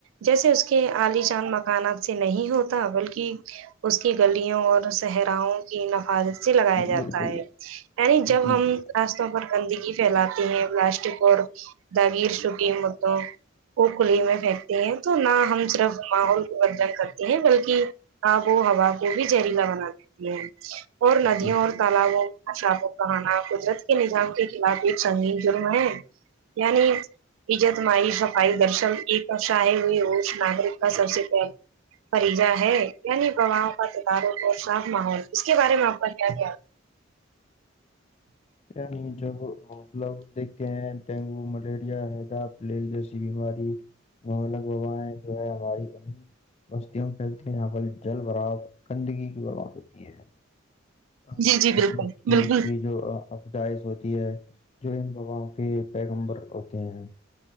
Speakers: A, on the right; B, on the left.
A: جیسے اس کے عالی شان مکانات سے نہیں ہوتا بلکہ اس کی گلیوں اور صحراؤوں کی نفاذت سے لگایا جاتا
B: بالکل
A: ہے یعنی جب
B: جی
A: ہم
B: جی
A: راستوں پر گندگی پھیلاتے ہیں پلاسٹک اور داغیر شو قیمتوں کو کھلی میں پھینکتے ہیں تو نہ ہم صرف ماحول کودن کرتے ہیں بلکہ آب و ہوا کو بھی زہریلا بنا دیتی ہے اور ندیوں
B: جی
A: اور
B: جی
A: تالابوں اچھا آپ کو کہانا قدرت کے نظام کے خلاف ایک سنگین جرم ہے یعنی عجت مائی سفائی درشن ایک اا ہے ناگررک کا سب سے پ پریجہ ہے یعنی پرواہ کا تدار اور صاف ماحول اس کے بارے میں آپ کا کیا کیا
B: یع جب لوگ دیکھتے ہیں ڈینگو ملیریا حیدا پلیل جیسی بیماری مہلک ببایں جو ہے ہماری اد بستیوں پھیلتی ہیں یہاں پر جل بر گندگی کی برباد ہوتی ہے
A: جی
B: مچھر
A: جی بالکل
B: مکھیاں
A: بالکل
B: کی جو داعش ہوتی ہے جو ان بباؤں کے پیغمبر ہوتے ہیں